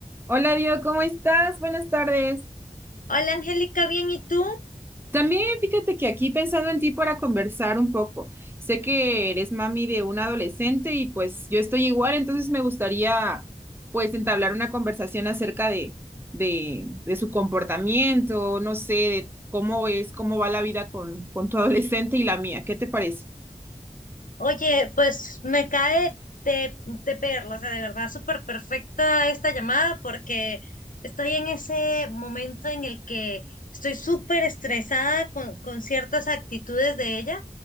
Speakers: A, on the right; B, on the left.
A: Hola, Dio, ¿cómo estás? Buenas tardes.
B: Hola Angélica, bien, ¿y tú?
A: También fíjate que aquí pensando en ti para conversar un poco. Sé que eres mami de un adolescente y pues yo estoy igual, entonces me gustaría pues entablar una conversación acerca de, de, de su comportamiento, no sé, de cómo es, cómo va la vida con, con tu <laughs> adolescente y la mía. ¿Qué te parece?
B: Oye, pues me cae de, de perla, o sea, de verdad súper perfecta esta llamada porque estoy en ese momento en el que estoy súper estresada con, con ciertas actitudes de ella.